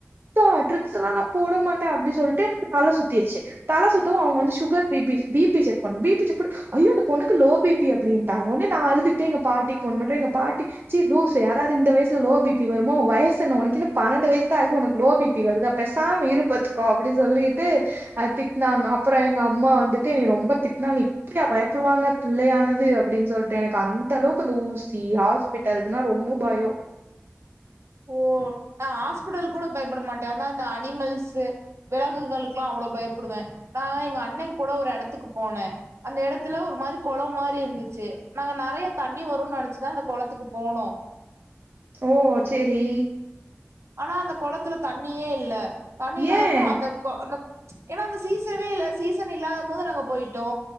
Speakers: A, on the right (about 50°); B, on the right (about 70°).
A: நா ட்ரிப்ஸ் எல்லா நா போட மாட்டே அப்டி சொல்ட்டு எனக்கு தல சுத்தீர்ச்சி தல சுத்தவு அவுங்க வந்து சுகர் பிபி பிபி செக் பண்ணனு பிபி செக் பண்ட்டு ஐயோ இந்த பொண்ணுக்கு லோ பிபி அப்டின்டாங்க ஒன்னே நா அழுதுட்டே எங்க பாட்டிக்கி ஃபோன் போட்டு எங்க பாட்டி ச்சி லூசு யாராது இந்த வயசுல லோ பிபி வருமோ வயசென்ன உனக்கென்ன பன்னெண்டு வயஸ்தா ஆகுது உனக் லோ பிபி வருதா பெசாம இரு பாத்துகோ அப்டி சொல்லிட்டு அது திட்னாங்க அப்பறோ எங்க அம்மா வந்துட்டு எனைய ரொம்ப திட்னாங்க இப் டியா பயப்படுவாங்க பிள்ளையானது அப்டின் சொல்ட்டு எனக்கு அந்தளவுக்கு இந்த ஊசி ஹாஸ் பிட்டல் இதுனா ரொம்ப பயோ
B: ஓ நா ஹாஸ்பிட்டல் கூட பயப்பட மாட்டே ஆனா இந்த அனிமல்ஸ்சு வெலகுகளுக்லா அவ்ளோ பயப்படுவே நா எங்க அண்ணே கூட ஒரு எடத்துக்கு போனே அந்த எடத்துல ஒரு மாரி கொளம் மாரி இருந்துச்சி நாங்க நெறையா தண்ணி வருன் நெனச்சி தா அந்த கொளத்துக்கு போனோ
A: ஓ சேரி
B: ஆனா அந்த கொளத்துல தண்ணியே இல்ல தண்ணி இல்லாதமு
A: ஏ
B: அந்த கோ அந்தக் ஏன்னா அந்த சீசனே இல்ல சீசன் இல்லாதம் போது நாங்க போயிட் டோ